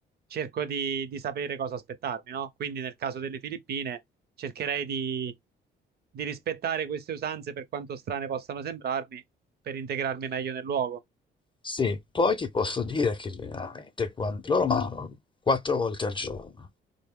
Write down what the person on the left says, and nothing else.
Sì, poi ti posso dire che veramente quando... loro mangiano quattro volte al giorno.